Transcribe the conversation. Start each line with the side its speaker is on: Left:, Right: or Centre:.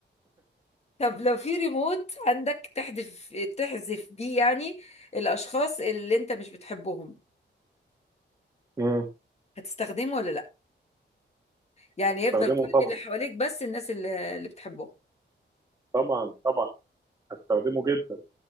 Left: طب لو في ريموت عندك تحذف تحذف بيه يعني الاشخاص اللي انت مش بتحبهم
Right: امم
Left: هتستخدمه ولا لا يعني يفضل
Right: استخدمه
Left: كل
Right: طبعا
Left: اللي حواليك بس الناس اللي, اللي بتحبهم
Right: طبعا طبعا هستخدمه جدا